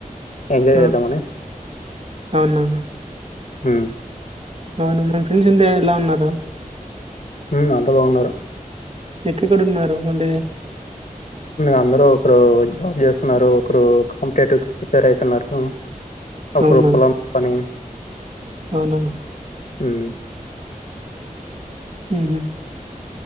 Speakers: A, on the left (about 60°); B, on the right (about 45°).
A: ఎంజాయ్
B: ఆ,
A: చేద్దామని
B: అవునా
A: ఆ
B: అవును మన ఫ్రెండ్స్ అంత ఎలా ఉన్నారు.
A: ఉమ్ అంత బాగున్నారు.
B: ఎక్కెక్కడ ఉన్నారు మళ్ళీ.
A: అందరు ఒకరు జాబ్ చేస్తున్నారు ఒకరు కాంపిటేటివ్ కి ప్రిపేర్ అవుతున్నారు. ఒకొక్కోపలం
B: అవునా
A: పని.
B: అవునా.
A: ఉమ్.
B: ఉమ్.